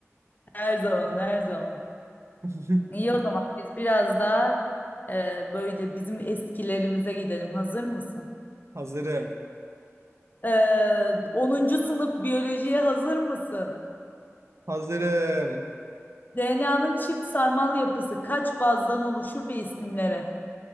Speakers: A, on the left (about 35°); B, on the right (about 65°).
A: her zaman her zaman.
B: <laughs>
A: İyi o zaman biz biraz daha e, böyle bizim eskilerimize gidelim. Hazır mısın?
B: Hazırım.
A: Ee, 10. sınıf biyolojiye hazır mısın?
B: Hazırım.
A: DNA'nın çift sarmal yapısı kaç bazdan oluşur ve isimlere?